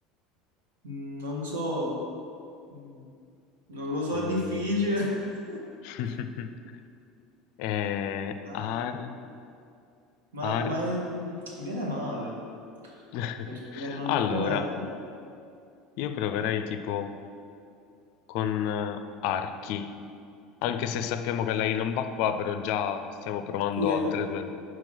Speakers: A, on the right; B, on the left.
A: non so. Mm. Non lo so,
B: mm,
A: è difficile, <laughs>
B: <laughs> eh,
A: Ah,
B: ar,
A: ma,
B: ar.
A: ma, mm, mi viene male
B: <laughs>
A: perché non
B: Allora,
A: c'è.
B: io proverei tipo con eh, archi. Anche se sappiamo che lei non va qua, però già stiamo provando
A: Sì, ecco,
B: altre due.